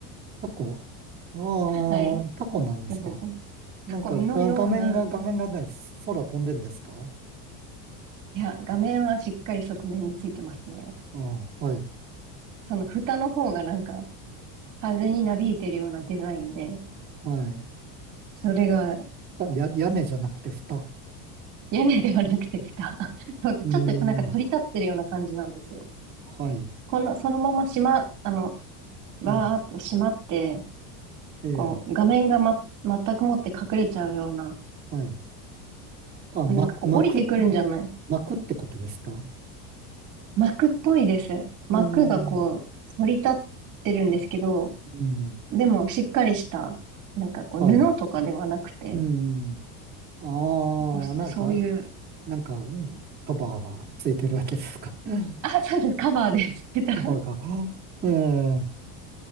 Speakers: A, on the right; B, on the right.
A: タコ。ああ、
B: はい。
A: タコなんですか。
B: なんだこの
A: なんか、
B: タコのような、
A: が、画面が、画面がない、空飛んでんですか
B: いや、画面はしっかり側面についてますね。
A: ああ、はい。
B: その蓋の方がなんか、風になびいてるようなデザインで、
A: はい。
B: それが
A: 蓋や、屋根じゃなくて蓋。
B: 屋根ではなくて蓋。<laughs> そうか、
A: うー
B: ちょっとなんか反り立ってるような感じなんですよ。
A: ん、はい。
B: この、そのまましま、あの、バーっと閉まって、
A: うん。ええ、
B: こう、画面がま、全くもって隠れちゃうような、
A: はい。あ、巻く、
B: なんかこう降りてくるんじゃない
A: 巻く、巻くってことですか。
B: 幕っぽいです。幕がこう、
A: あの、
B: 反り立ってるんですけど、
A: うん、
B: でも、しっかりした、なんかこう、
A: はい。
B: 布とかではなくて、
A: うん。ああ、
B: こう、そそういう、
A: なんか、なんか、うんカバーがついてるわけですか。<laughs>
B: あ、そうです、カバーです。ベタ
A: カバーが。ええ、